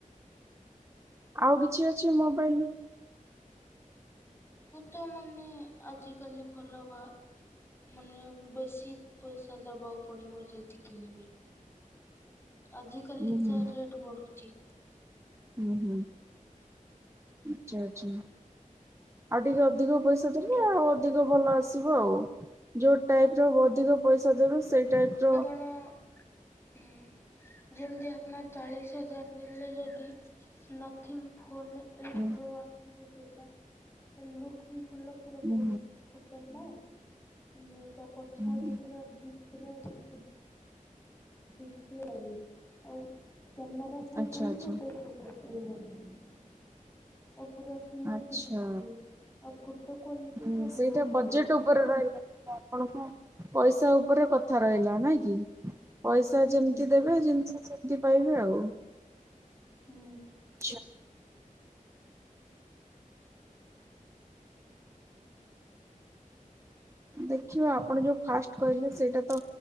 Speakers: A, on the right; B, on the left.
A: ଆଉ କିଛି ଅଛି ମୋବାଇଲ୍।
B: ତା ମାନେ ଆଜିକାଲି ଭଲ ବା। ମାନେ ବେଶି ପଇସା ଦେବାକୁ ପଡ଼ିବ ଯଦି କିଣିବେ। ଆଜିକାଲି
A: ହୁଁ ହୁଁ
B: ତ ରେଟ୍ ବଢୁଚି।
A: ହୁଁ, ହୁଁ ଆଛା, ଆଚ୍ଛା ଆଉ ଟିକେ ଅଧିକ ପଇସା। ଦେଲେ
B: ଯ
A: ଆଉ ଅଧିକ ଭଲ ଆସିବ ଆଉ। ଯୋଉ ଟାଇପ୍ ର ଅଧିକ ପଇସା ଦେବେ ସେଇ ଟାଇପ୍ ର।
B: କ'ଣ ହୁଁ। ଯେମିତି ଆପଣ ଚାଳିଶି ହଜାର ଦେଲେ ଯଦି ନ ଥିଙ୍ଗ୍ ଫୋନ୍ ପେ।
A: ହୁଁ।
B: ତ ଆସିବ ସେଇଟା, ଲୁକ୍ ବି ଭଲ ପୁରା
A: ହୁଁ
B: ବହୁତୁ
A: ହୁଁ
B: ହୁଁ। ତ ନା ନେ ତା ପଛଆଡେ
A: ହୁଁ।
B: ପୁରା ଦିପ୍ ପୁରା ଯେମିତି। ଡିସପ୍ଲେ ଲାଗି ଆଉ କ୍ୟାମେରା ସାଇଟି
A: ଆଚ୍ଛା
B: ରେ ହିଁ
A: ଆଚ୍ଛା
B: ଗୋଟେ ଫୋନ୍। <inaudible> ଏ ପୁରା। ସ୍ମୁଥ୍
A: ଆଚ୍ଛା
B: ଡିସପ୍ଲେ ଆଉ ଫଟୋ କ୍ୱାଲିଟି
A: ହୁଁ
B: ପୁରା
A: ସେଇଟା
B: ବହୁତୁ
A: ବଜେଟ୍
B: ଭଲ।
A: ଉପରେ ରହିଲା ଆଉ ଆପଣଙ୍କ ପଇସା ଉପରେ କଥା। ଛଥର
B: ହୁଁ
A: ହେଇଯାଉ ନାଇଁ କି ପଇସା
B: ହୁଁ
A: ଯେମିତି ଦେବେ ଜିନିଷ ସେମିତି ପାଇବେ ଆଉ।
B: ହୁଁ।
A: ଛ। ଦେଖିବା ଆପଣ ଯୋଉ ଫାଷ୍ଟେ କହିଲେ ସେଇଟା ତ।